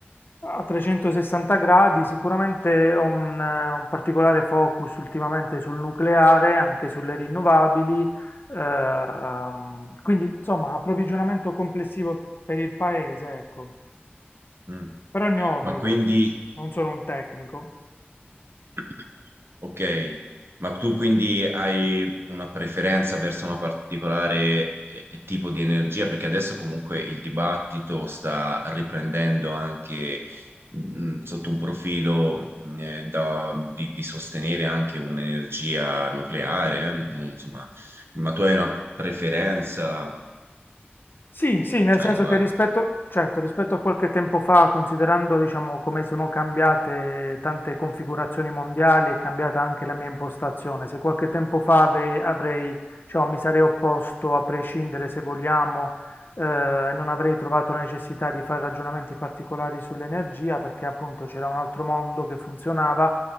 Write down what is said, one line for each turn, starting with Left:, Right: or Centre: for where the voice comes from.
Left: a 360 gradi. Sicuramente ho un, eh, un particolare focus ultimamente sul nucleare, anche sulle rinnovabili Ehm, quindi, insomma, approvvigionamento complessivo per il paese, ecco.
Right: Mm.
Left: Però è il mio hobby
Right: Ma quindi
Left: questo, non sono un tecnico.
Right: <clears throat> Ok, ma tu quindi hai una preferenza verso una particolare eh, tipo di energia? Perché adesso comunque il dibattito sta riprendendo anche mh, sotto un profilo mm, eh, da- di, di sostenere anche un'energia nucleare, eh, Insomma, ma tu hai una preferenza
Left: Sì, sì, nel senso
Right: a riguardo?
Left: che rispetto, certo, rispetto a qualche tempo fa, considerando, diciamo, come sono cambiate tante configurazioni mondiali, è cambiata anche la mia impostazione. Se qualche tempo fa ave- avrei, diciamo, mi sarei opposto a prescindere, se vogliamo, eh, e non avrei trovato la necessità di fare ragionamenti particolari sull'energia, perché appunto c'era un altro mondo che funzionava.